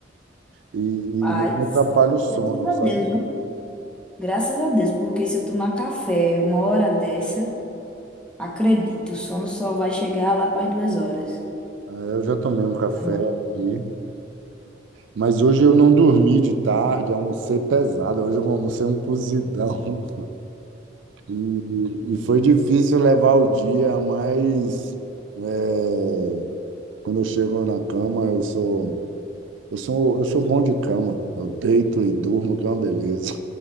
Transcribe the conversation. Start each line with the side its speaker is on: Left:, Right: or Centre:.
Right: e, e
Centre: Paz,
Right: não me atrapalha o sono,
Centre: graças a
Right: sabe?
Centre: Deus, viu? Graças a Deus, porque se eu tomar café uma hora dessa Acredito, o sono só vai chegar lá para as duas horas
Right: É, Eu já tomei um café
Centre: da manhã.
Right: aqui. Mas hoje eu não dormi de tarde, almocei pesado. Hoje eu almocei um cozidão <laughs> e, e foi difícil levar o dia, mas é, quando eu chego na cama, eu sou, eu sou, eu sou bom de cama. Eu deito e durmo, que é uma beleza,